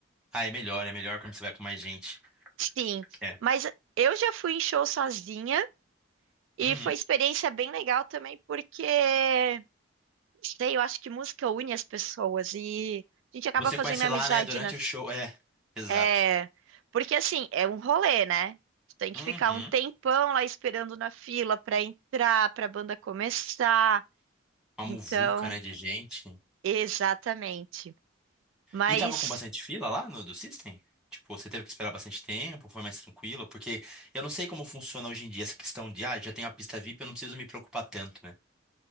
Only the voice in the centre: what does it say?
Ah, é melhor, é melhor quando você vai com mais gente.
É.
Uhum.
Você
conhece
lá, né, durante
o show. É, exato.
Uhum.
Uma
muvuca, né, de gente.
E tava com bastante fila lá no do System? Tipo, você teve que esperar bastante tempo, foi mais tranquilo? Porque eu não sei como funciona hoje em dia essa questão de, ah, já tenho a pista VIP, eu não preciso me preocupar tanto, né?